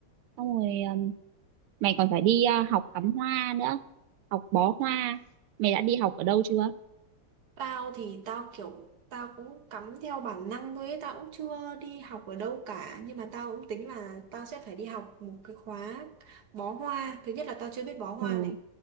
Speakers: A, on the right; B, on the right.
A: xong rồi ừm, mày còn phải đi ờ, học cắm hoa nữa học bó hoa mày đã đi học ở đâu chưa
B: Tao thì tao kiểu tao cũng cắm theo bản năng thôi ấy, tao cũng chưa đi học ở đâu cả nhưng mà tao cũng tính là tao sẽ phải đi học một cái khóa bó hoa thứ nhất là tao chưa biết bó hoa
A: ừ
B: này